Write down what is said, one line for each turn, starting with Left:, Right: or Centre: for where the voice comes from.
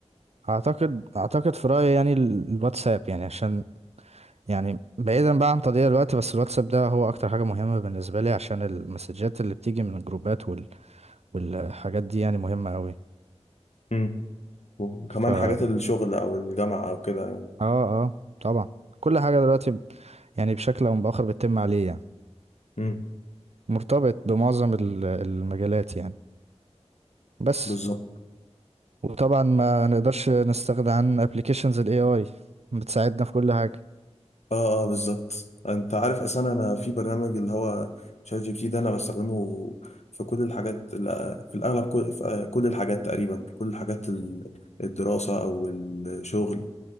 Right: اعتقد اعتقد في رايي يعني ال- الواتساب يعني عشان يعني بعيدا بقى عن تضييع الوقت بس الواتساب ده هو اكتر حاجة مهمة بالنسبة لي عشان المسجات اللي بتيجي من الجروبات وال... والحاجات دي يعني مهمة قوي
Left: امم وكمان
Right: ف اه
Left: حاجات الشغل او الجامعة او كده يعني
Right: اه طبعا كل حاجة دلوقتي ب- يعني بشكل او باخر بتتم عليه يعني
Left: امم
Right: مرتبط بمعظم ال- المجالات يعني بس
Left: بالظبط
Right: وطبعا ما
Left: اه
Right: نقدرش نستغنى عن ابلكيشنز الاي اي بتساعدنا في كل حاجة
Left: اه بالظبط انت عارف اصلا انا في برنامج اللي هو شات جي بي تي ده انا بستخدمه في كل الحاجات لا، في الاغلب كل في آه، كل الحاجات تقريبا في كل الحاجات ال- الدراسة او الشغل